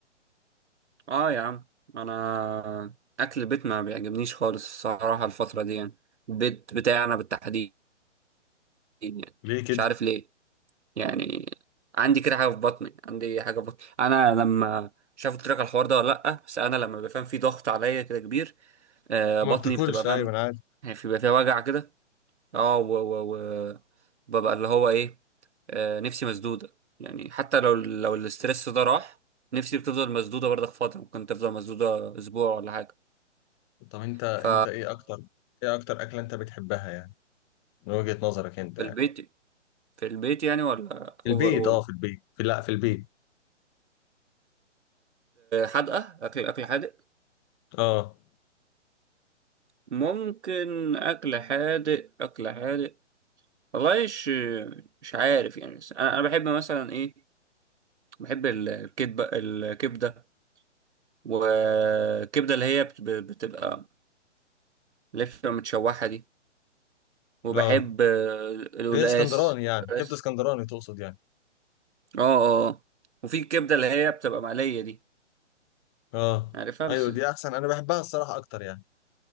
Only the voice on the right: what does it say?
اه يا عم انا اكل البيت ما بيعجبنيش خالص الصراحه الفتره دي يعني البيت بتاعنا بالتحديد يعني
مش عارف ليه يعني عندي كده حاجه في بطني عندي حاجه في بطني انا لما مش عارف قلت لك على الحوار ده ولا لا بس انا لما بفهم في ضغط عليا كده كبير آه
بطني
بتبقى فاهم
يعني بيبقى فيها وجع كده اه و و و ببقى اللي هو ايه آه نفسي مسدودة يعني حتى لو لو الاسترس ده راح نفسي بتفضل مسدودة برضك فترة ممكن تفضل مسدودة اسبوع ولا حاجة
ف
في
البيت في البيت يعني ولا
اوفر
اول
حادقة اكل اكل حادق
ممكن اكل حادق اكل حادق والله مش مش عارف يعني بس انا انا بحب مثلا ايه بحب الكبده الكبده والكبده اللي هي بت- بتبقى لفة متشوحة دي وبحب
آه، القلقاس
بس
اه اه وفي الكبدة اللي هي بتبقى مقلية دي
عارفها
بس